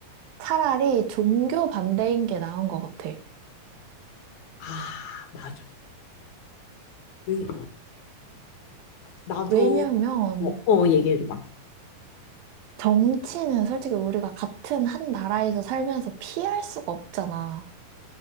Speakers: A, on the right; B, on the left.
A: 차라리 종교 반대인 게 나은 것 같아.
B: 아, 맞아. 왜 나도
A: 왜냐면
B: 어, 어 얘기해 줘봐.
A: 정치는 솔직히 우리가 같은 한 나라에서 살면서 피할 수가 없잖아.